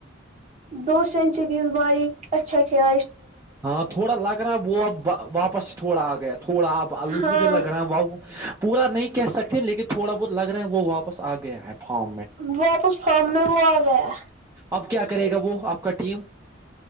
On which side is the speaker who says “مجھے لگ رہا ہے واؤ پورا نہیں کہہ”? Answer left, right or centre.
Right